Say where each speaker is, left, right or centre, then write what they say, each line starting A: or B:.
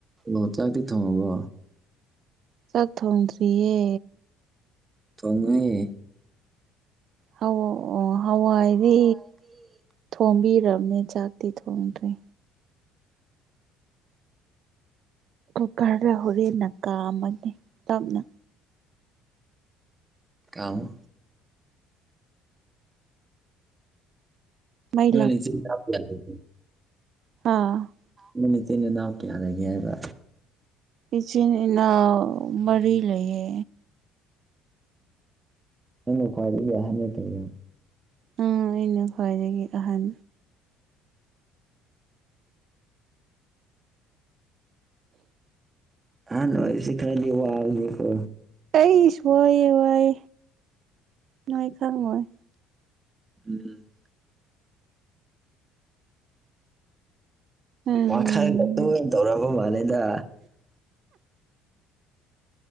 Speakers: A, on the right; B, on the right.
A: ꯑꯣ ꯆꯥꯛꯇꯤ ꯊꯣꯡꯉꯕꯣ
B: ꯆꯥꯛ ꯊꯣꯡꯗ꯭ꯔꯤꯌꯦ
A: ꯊꯣꯡꯉꯦ
B: ꯑꯣ ꯍꯋꯥꯏꯗꯤ
A: ꯍꯋꯥꯏꯗꯤ
B: ꯊꯣꯡꯕꯤꯔꯝꯅꯦ ꯆꯥꯛꯇꯤ ꯊꯣꯡꯗ꯭ꯔꯔꯤ ꯀꯨꯀꯔꯗ ꯍꯣꯔꯦꯟꯅ ꯀꯥꯝꯃꯅꯤ ꯇꯞꯅ
A: ꯀꯃꯣ
B: ꯃꯩ
A: ꯅꯣꯏ ꯃꯆꯤꯟ ꯅꯥꯎ ꯀꯌꯥ ꯂꯩꯒꯦ
B: ꯍꯥ
A: ꯅꯣꯏ ꯅꯆꯤꯟꯅꯥꯎ ꯀꯌꯥ ꯂꯩꯒꯦ ꯍꯥꯏꯕ
B: ꯏꯆꯤꯟ ꯏꯅꯥꯎ ꯃꯔꯤ ꯂꯩꯌꯦ
A: ꯅꯪꯅ ꯈ꯭ꯋꯥꯏꯒꯤ ꯑꯍꯟ ꯅꯥꯠꯇꯕ
B: ꯎꯝ ꯑꯩꯅ ꯈ꯭ꯋꯥꯏꯗꯒꯤ ꯑꯍꯟ
A: <unintelligible> ꯁꯤꯀꯔꯗꯤ ꯋꯥꯕꯅꯤꯀꯣ
B: ꯀꯩꯁ ꯋꯥꯏ ꯋꯥꯏ ꯅꯣꯏ ꯈꯥꯡꯑꯣꯏ
A: ꯎꯝ ꯎꯝ
B: ꯎꯝ
A: ꯋꯥꯈꯥꯜ ꯇꯣꯏ ꯇꯧꯔꯕ ꯃꯥꯜꯂꯦꯗ